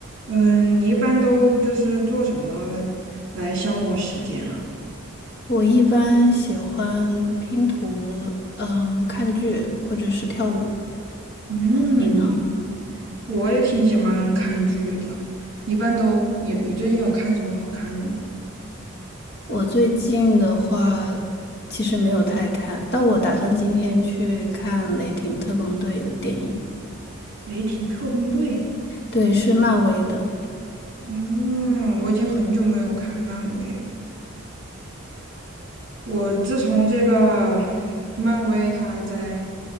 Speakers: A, on the right; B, on the left.
A: 嗯，你一般都就是做什么来消磨时间啊？
B: 我一般喜欢拼图，嗯，看剧或者是跳舞。
A: 嗯，
B: 呃你呢？
A: 我也挺喜欢看剧的。一般都，你你最近有看什么好看的吗？
B: 我最近的话，其实没有太看，但我打算今天去看《雷霆特工队》的电影，
A: 《雷霆特工队》。
B: 对，是漫威的，
A: 嗯，我已经很久没有看漫威了。我自从这个漫威它在